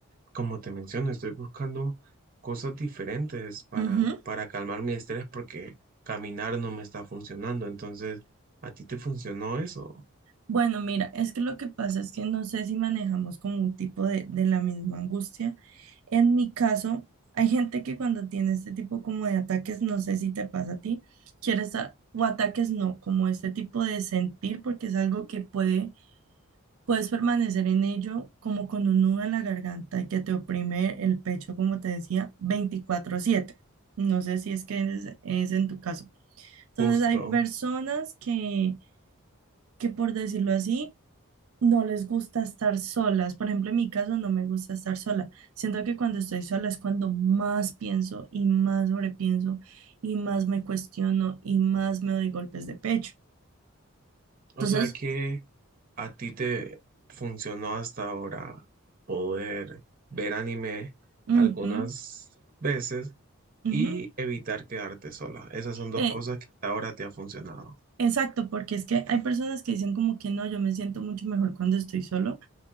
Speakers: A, on the right; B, on the right.
A: Como te menciono, estoy buscando cosas diferentes para,
B: Ujú.
A: para calmar mi estrés porque caminar no me está funcionando. Entonces, ¿a ti te funcionó eso?
B: Bueno, mira, es que lo que pasa es que no sé si manejamos como un tipo de, de la misma angustia. En mi caso, hay gente que cuando tiene este tipo como de ataques, no sé si te pasa a ti, quiere estar, o ataques no, como este tipo de sentir, porque es algo que puede Puedes permanecer en ello como con un nudo en la garganta que te oprime el pecho, como te decía, veinticuatro siete No sé si es que es, es en tu caso. Entonces
A: Justo.
B: hay personas que, que, por decirlo así, no les gusta estar solas. Por ejemplo, en mi caso no me gusta estar sola. Siento que cuando estoy sola es cuando más pienso y más sobrepienso y más me cuestiono y más me doy golpes de pecho. Entonces,
A: O sea que... ¿A ti te funcionó hasta ahora poder ver anime
B: ujú,
A: algunas veces
B: ujú.
A: y evitar quedarte sola? Esas son dos
B: Eh,
A: cosas que hasta ahora te ha funcionado.
B: Exacto, porque es que hay personas que dicen como que no, yo me siento mucho mejor cuando estoy solo,